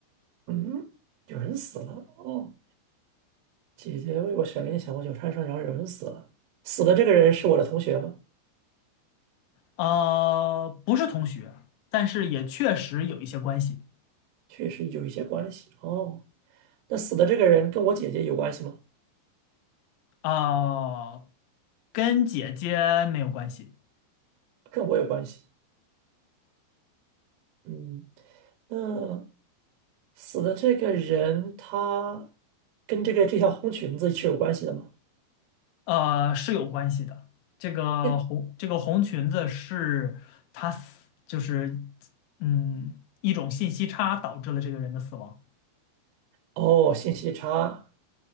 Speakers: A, on the right (about 75°); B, on the left (about 85°).
A: 嗯，有人死了哦，姐姐为我选了一件小红酒穿上，然后有人死了，死的这个人是我的同学吗？
B: 啊，不是同学，但是也确实有一些关系。
A: 确实有一些关系哦。那死的这个人跟我姐姐有关系吗？
B: 哦，跟姐姐没有关系，
A: 跟我有关系。嗯，那死的这个人他跟这个这条红裙子是有关系的吗？
B: 呃，是有关系的。这个红这个红裙子是她死，
A: 这
B: 就是嗯一种信息差导致了这个人的死亡
A: 哦，信息差。